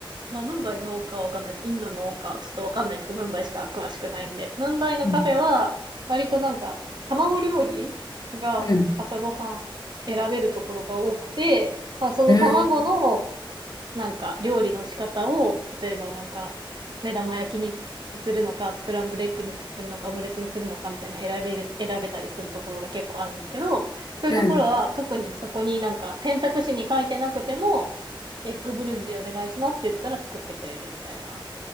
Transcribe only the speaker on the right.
まあ、ムンバイのかわかんないです。インドのか、ちょっとわかんないんですけど、ムンバイしか詳しくないんで。ムンバイのカフェは、
割となんか、卵料理が朝ごはん選べるところが多くて、
まあ、その卵の、
なんか料理の仕方を、例えばなんか、目玉焼きにするのか、スクランブルエッグにするのか、オムレツにするのかみたいな選べる、選べたりするところが結構あるんですけど、そういうところは特にそこになんか選択肢に書いてなくても、
エッグブルジーお願いしますって言ったら作ってくれるみたいな。